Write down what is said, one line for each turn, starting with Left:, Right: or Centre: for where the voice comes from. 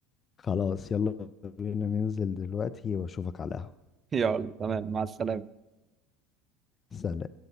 Left: خلاص يلا بينا ننزل دلوقتي واشوفك على القهوة
Right: <laughs> يلا تمام مع السلامة
Left: سلام